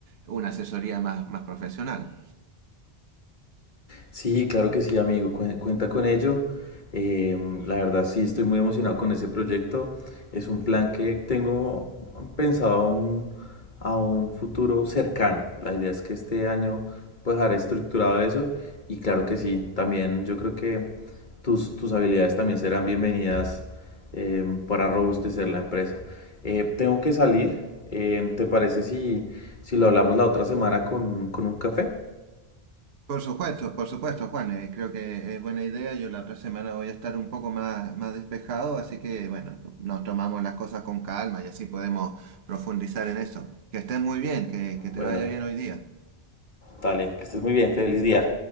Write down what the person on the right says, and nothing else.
una asesoría más, más profesional.
Por supuesto, por supuesto, Juan. eh, creo que es buena idea. Yo la otra semana voy a estar un poco más, más despejado, así que bueno, nos tomamos las cosas con calma y así podemos profundizar en eso. Que estés muy bien, que, que te
vaya bien hoy día.